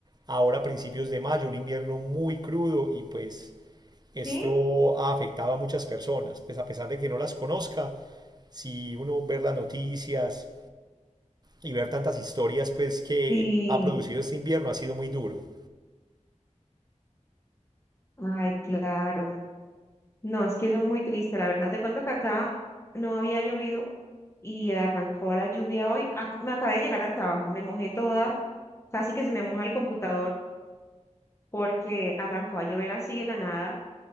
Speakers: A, on the right; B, on the left.
A: ahora principios de mayo, un invierno muy crudo y pues esto
B: Sí,
A: ha afectado a muchas personas, pues a pesar de que no las conozca, si uno ve las noticias, y ver tantas historias pues que
B: sí.
A: ha producido este invierno ha sido muy duro.
B: Ay, claro. No, es que eso es muy triste. La verdad, te cuento que acá no había llovido y arrancó la lluvia hoy. Ac- me acabé de llegar al trabajo, me mojé toda, casi que se me moja el computador porque arrancó a llover así de la nada.